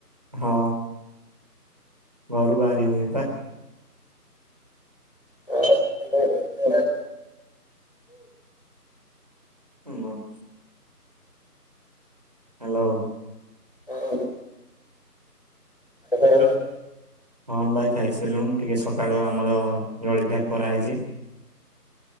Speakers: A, on the right; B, on the left.
A: ହଁ ଘରୁ ବାହାରି ହଉନି ବା।
B: <inaudible>
A: <unintelligible> ହ୍ୟାଲୋ।
B: ହଁ <unintelligible>
A: ହଁ ଭାଇ ଖାଇ ସାରିଲୁଣି ଟିକେ ସକାଳୁ ଆମର ଜଳଖିଆ କରାହେଇଛି।